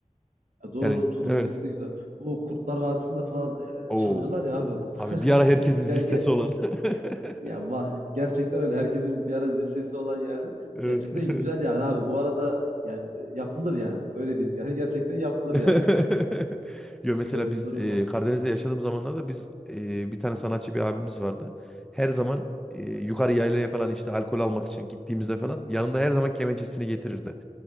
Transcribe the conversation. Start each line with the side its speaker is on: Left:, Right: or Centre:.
Right: Ya doğru.
Centre: Yani
Right: Tulum
Centre: evet.
Right: sesi de güzel. Bu Kurtlar Vadisi'nde falan e,
Centre: Oo.
Right: çalıyorlar ya abi.
Centre: Abi bir
Right: <laughs>
Centre: ara herkesin
Right: Gel
Centre: zil sesi
Right: gel.
Centre: olan. <laughs>
Right: Ya va- gerçekten öyle. Herkesin bir ara zil sesi olan yani.
Centre: Evet.
Right: Gerçekten
Centre: <laughs>
Right: güzel yani abi. Bu arada yani e, yapılır yani. Öyle diyeyim yani. <laughs> Gerçekten yapılır
Centre: <laughs>
Right: yani.
Centre: Yo mesela
Right: Öyle
Centre: biz
Right: bir durum
Centre: e,
Right: var.
Centre: Karadeniz'de yaşadığım zamanlarda biz e, bir tane sanatçı bir abimiz vardı. Her zaman e, yukarı yaylaya falan işte alkol almak için gittiğimizde falan yanında her zaman kemençesini getirirdi.